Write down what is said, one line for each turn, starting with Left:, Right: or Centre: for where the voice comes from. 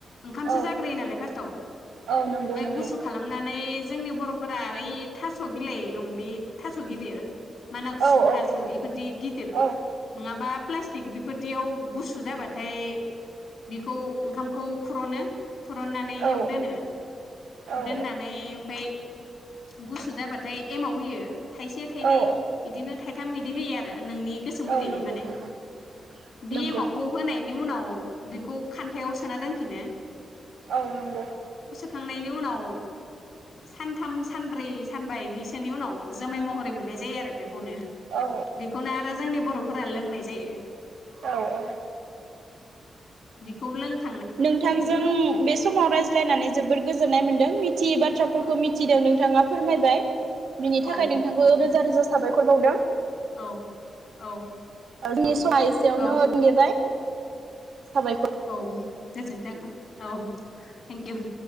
Left: ओंखामसो
Right: औ
Left: जाग्रोयो नालाय फार्स्टआव
Right: औ नंगौ
Left: मै
Right: नंगौ
Left: गुसु खालामनानै जोंनि बरफोरा ओइ थास बिलाइ दंदि थास गिदिर माना खुसु
Right: औ औ
Left: थास
Right: नंगौ
Left: इफोरदि गिदिर
Right: औ
Left: नङाबा प्लास्टिक बेफोरदियाव गुसु जाबाथाय। बेखौ ओंखामखौ खुरनो फुरननानै येव
Right: औ
Left: दोनो
Right: औ
Left: दोननानै ओमफ्राइ गुसु जाबाथाय एमाव होयो। थाइसे थाइनै
Right: औ
Left: एदिनो थाइ थाम एदि होयो आरो। नोंनि गोसो
Right: औ
Left: मथेइ
Right: नंगौ
Left: माने
Right: नंगौ नंगौ
Left: बि एमावखौ होनाय बिनि उनाव बेखौ खान्थायाव सोना दोनफिनो।
Right: औ नंगौ।
Left: थांनायनि उनाव सानथामसो सानब्रै सानबा एदिसोनि उनाव जोमै महरै मोननाय जायो आरो बे होनो
Right: औ
Left: बेखौनो आरो जोंनि बर' फोरा लोंनाय जायो।
Right: औ-औ।
Left: बेखौ लोंखां
Right: नोंथांजों बे समाव रायज्लायनानै जोबोद गोज गोजोननाय मोनदों मिथियै बाथ्राफोरखौ मिथिदों नोंथाङा फोरमायबाय बिनि थाखाय
Left: औ
Right: नोंथांखौ रोजा-रोजा साबायखर बावदों ओ
Left: औ औ
Right: जोंनि समा एसेयावनो
Left: औ
Right: थोंगेबाय। साबाय।
Left: औ गोजोनथों औ थेंक इउ।